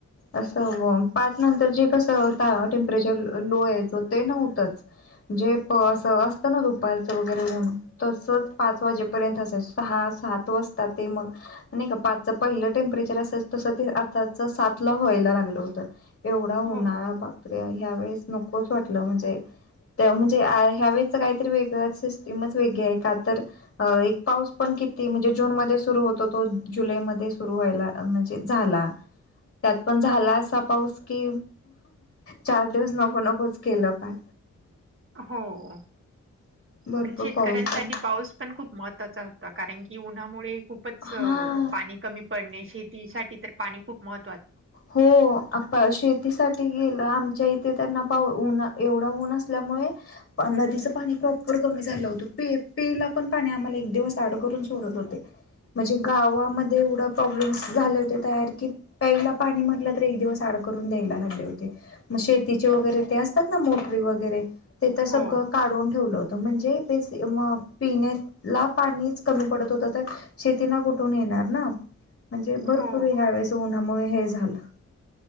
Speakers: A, on the left (about 50°); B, on the right (about 45°).
A: असं पाच नंतर जे कसं आता टेम्परेचर लो यायचं ते नव्हतंच. जे प अस असतं ना, दुपारचं वगैरे ऊन. तसंच पाच वाजेपर्यंत असायच‌. सहा सात वाजता ते मग नाही का पाचच पहिलं टेम्परेचर असायच तस ते आताचा, सात ला व्हायला लागलं होतं एवढा
B: हो
A: उन्हाळा. तर ह्या वेळेस नकोच वाटलं म्हणजे त्या म्हणजे ह्यावेेळेच काहीतरी वेगळं, सिस्टीमच वेगळी आहे का तर. अ एक पाऊस पण किती म्हणजे, जूनमध्ये सुरू होतो तो जुलैमध्ये. सुरू व्हायला म्हणजे झाला. त्यात पण झाला असा पाऊस की चार दिवस नको नकोच केलं पण.
B: हो
A: भरपूर
B: पण शेतकऱ्यांसाठी
A: पाऊस झाला
B: पाऊस पण खूप महत्त्वाचा होता, कारण की उन्हामुळे खूपच
A: हा.
B: पाणी कमी पडणे शेतीसाठी तर पाणी खूप महत्
A: हो. शेतीसाठी गेलं आमच्या इथे, त्यांना पाऊ न एवढा ऊन असल्यामुळे. नदीचं पाणी प्रॉपर कमी झालं होतं. पि-पियाला पण पाणी आम्हाला एक दिवस आड करून सोडत होते. म्हणजे गावामध्ये एवढं प्रॉब्लेम्स झाले होते तयार की पहिला पाणी म्हटलं तर एक दिवस आड करून द्यायला लागले होते. मग शेतीचे वगैरे ते असतात ना मोटरी वगैरे, ते तर
B: हो
A: सगळं काढून ठेवलं होतं. तो म्हणजे बेसी मग पिण्यात ला पाणीच कमी पडत होत, तर शेतीनां कुठून येणार ना. म्हणजे भरपूर
B: हो
A: ह्या वेळेस उन्हामुळं हे झालं